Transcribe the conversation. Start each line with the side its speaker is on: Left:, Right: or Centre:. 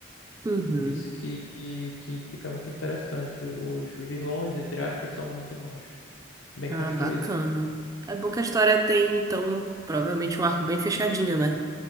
Right: Uhum.
Left: Isso que, que fica muito interessante. Os vilões, entre aspas, são muito bons, bem
Right: Ah,
Left: construídos.
Right: bacana. É bom que a história tem, então, provavelmente um arco bem fechadinho, né?